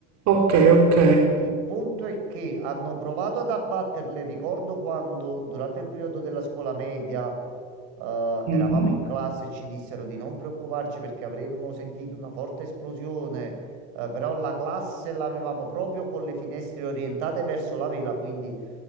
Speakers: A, on the right; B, on the right.
A: ok, ok.
B: Il punto è che hanno provato ad abbatterle, ricordo quando durante il periodo della scuola media Eh,
A: Mm.
B: eravamo in classe e ci dissero di non preoccuparci perché avremmo sentito una forte esplosione, eh, però la classe l'avevamo proprio con le finestre orientate verso la vela, quindi